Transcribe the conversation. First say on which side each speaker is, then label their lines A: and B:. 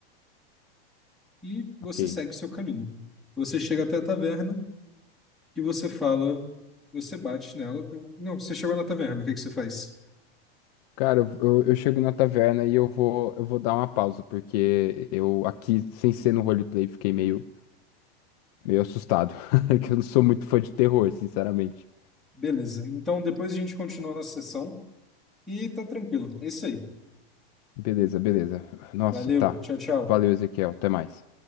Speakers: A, in the centre; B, on the left.
A: E você
B: Ok.
A: segue o seu caminho. Você chega até a taverna e você fala, você bate nela. Não, você chegou na taverna, o que que você faz?
B: Cara, eu, eu- eu chego na taverna e eu vou, eu vou dar uma pausa, porque eu aqui, sem ser no roleplay, fiquei meio, meio assustado. <laughs> Que eu não sou muito fã de terror, sinceramente.
A: Beleza. Então depois a gente continua a nossa sessão e tá tranquilo. É isso aí.
B: Beleza, beleza. Nossa,
A: Valeu.
B: tá.
A: Tchau, tchau.
B: Valeu, Ezequiel. Até mais.